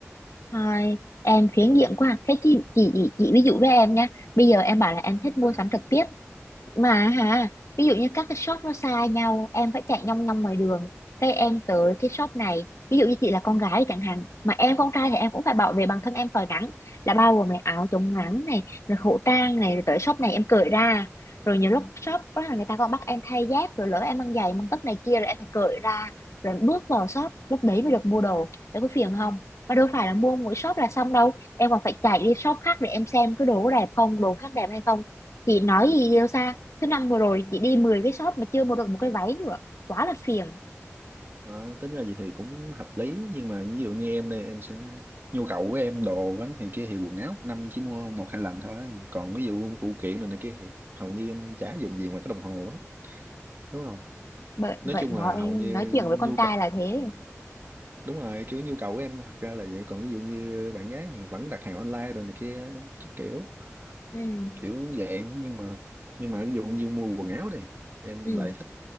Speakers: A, on the left; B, on the right.
A: Thôi, em phiến
B: Ừ.
A: diện quá. Thế chị, chị, chị, chị ví dụ với em nha. Bây giờ em bảo là em thích mua
B: à,
A: sắm trực tiếp. mà hả ví dụ như các cái shop nó xa nhau em phải chạy nhong nhong ngoài đường cái em tới cái shop này ví dụ như chị là con gái chẳng hạn mà em con trai thì em cũng phải bảo vệ bản thân em khỏi nắng là bao gồm này áo chống nắng này rồi khẩu trang này rồi tới shop này em cởi ra rồi nhiều lúc shop đó là người ta còn bắt em thay dép rồi lỡ em mang giày mang tất này kia rồi em phải cởi ra rồi em bước vào shop lúc đấy mới được mua đồ để có phiền không mà đâu phải là mua mỗi shop là xong đâu em còn phải chạy đi shop khác để em xem cái đồ có đẹp không đồ khác đẹp hay không chị nói gì yêu xa thứ năm vừa rồi chị đi 10 cái shop mà chưa mua được một cái váy nữa quá là phiền
B: wow, tính ra vậy thì cũng hợp lý nhưng mà ví dụ như em đây em sẽ nhu cầu của em đồ á này kia thì quần áo một năm chỉ mua một hai lần thôi còn ví dụ phụ kiện rồi này kia thì hầu như em chả dùng gì ngoài cái đồng hồ á đúng không
A: bởi
B: nói
A: vậy
B: chung
A: nói
B: là hầu như
A: nói chuyện với
B: nhu
A: con trai
B: cầu
A: là thế
B: đúng rồi kiểu nhu cầu của em thật ra là vậy còn ví dụ như bạn gái mình vẫn đặt hàng online rồi này kia chắc kiểu
A: ừ
B: kiểu vậy nhưng mà nhưng mà ví dụ như mua quần áo đi em
A: ừ
B: lại thích